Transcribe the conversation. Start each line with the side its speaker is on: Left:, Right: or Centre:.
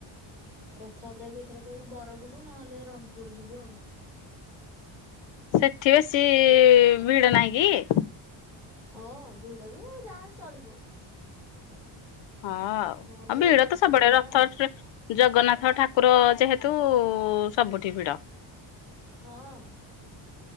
Centre: ରଥଯାତ୍ରା କୁ ଏଥର କହିବି ବରକୁଟୁ ନହେଲେ ରଣପୁର ଯିବୁ ଆଉ।
Left: ସେଠି ବେଶୀ ଭିଡ ନାହିଁ କି?
Centre: ହଁ ଭିଡ଼ ଯେ ଯାହାଲେ ଚଳିବ।
Left: ହଁ ଆଉ
Centre: ନହେଲେ
Left: ଆ ଭିଡ
Centre: କଣ୍ଟିଲୋ
Left: ତ ସବୁଆଡେ
Centre: ଯିବା
Left: ରଥଯାତ୍ର
Centre: ଆଉ।
Left: ଜଗନ୍ନାଥ ଠାକୁର ଯେହେତୁ ସବୁଠି ଭିଡ।
Centre: ହଁ।